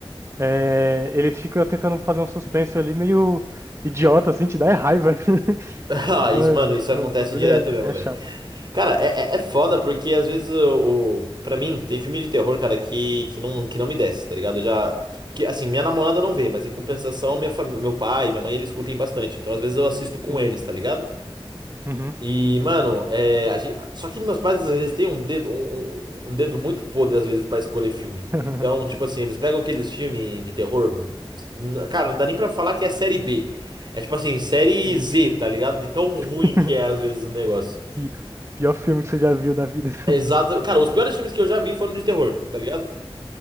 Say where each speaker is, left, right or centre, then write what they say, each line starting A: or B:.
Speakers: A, on the right; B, on the right.
A: é, ele fica tentando fazer um suspense ali meio idiota, assim, te dá é raiva. <laughs>
B: Ah, isso,
A: Ai,
B: mano, isso acontece
A: velho, Os bagulho
B: direto mesmo,
A: é, é
B: velho.
A: chato.
B: Cara, é, é é foda porque às vezes o, o para mim tem filme de terror, cara, que, que não que não me desce, tá ligado? Eu já porque assim, minha namorada não vê, mas em compensação, minha fami- meu pai, minha mãe, eles curtem bastante. Então às vezes eu assisto com
A: Sim.
B: eles, tá ligado?
A: Uhum.
B: E, mano, é, a gente, só que meus pais às vezes têm um dedo um, um um dedo muito podre às vezes pra escolher filme.
A: <laughs>
B: Então, tipo assim, eles pegam aqueles filmes de terror, n- cara, não dá nem pra falar que é série B. É tipo assim, série
A: Sim.
B: Z, tá ligado? De tão ruim
A: <laughs>
B: que é às vezes o negócio.
A: Pi- Pior filme que você já viu da vida. <laughs>
B: Exato. Cara, os piores filmes que eu já vi foram de terror, tá ligado?